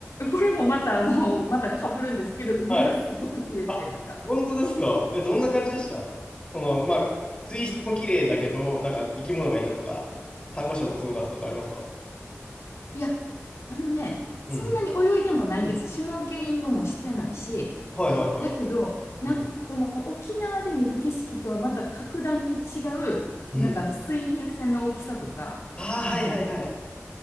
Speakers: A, on the left (about 75°); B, on the left (about 20°).
A: これもまたあの、また被るんですけど、海がすごく綺麗だった。
B: はい。あ、本当ですかえ、どんな感じでしたその、まあ、水質も綺麗だけど、
A: うーん
B: なんか生き物がいたとか、サンゴ礁がすごかったとかありますか
A: いや、あのね、そんなに泳いでもないんです。
B: うんうん。
A: シュノーケリングもしてないし、
B: はいはいはい。
A: だけど、なんかこの沖縄で見る景色とはまた格段に違う、
B: うん。
A: なんかあの水平線の大きさとか、
B: うん。ああ、
A: この
B: はいはいはい。